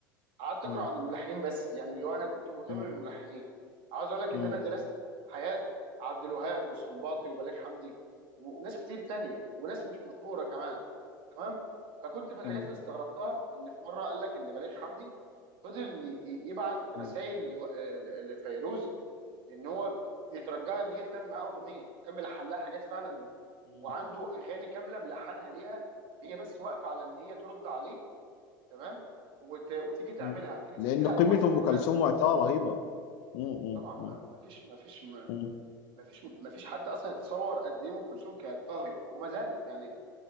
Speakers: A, on the right; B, on the left.
A: قعدت اقرا
B: م-
A: عن الملحنين بس يعني اللي هو انا كنت مهتم
B: م-
A: بالملحنين
B: م-
A: عاوز اقول لك
B: م-
A: ان انا درست حياه عبد الوهاب والسنباطي وبليغ حمدي وناس كتير تانية وناس مش مشهوره كمان تمام فكنت من الحاجات
B: م-
A: اللي استغربتها ان في مره قال لك ان بليغ حمدي فضل ي- يبعت رسائل
B: م-
A: لفيروز ان هو بيترجاها ان هي تعمل معاه اغنيه وكمل لحن لها حاجات فعلا
B: م-
A: وعنده اغاني كامله ملحنها ليها هي بس واقفه على ان هي ترد عليه تمام وت... وتيجي تعملها
B: م-
A: او تيجي
B: لان
A: تسجلها
B: قيمه
A: او هو يسافر
B: ام كلثوم
A: لها
B: وقتها رهيبه م-
A: طبعا ما
B: م-
A: ما فيش ما فيش ما
B: م-
A: ما فيش ما فيش حد اصلا يتصور قد ايه ام كلثوم كانت طاغيه وما زالت يعني